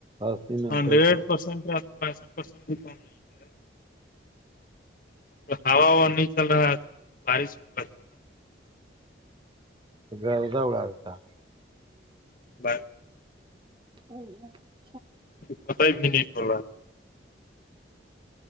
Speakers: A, on the right; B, on the left.
A: اسی نبے
B: ہنڈریڈ
A: کا
B: پسٹ را پسٹھ پٹ بھی ک ہے ہوا وا نہیں چل رہا ہے تو بارش میں ہوا
A: اتا
B: ب
A: ا ہاں
B: پت بھی نہیں بو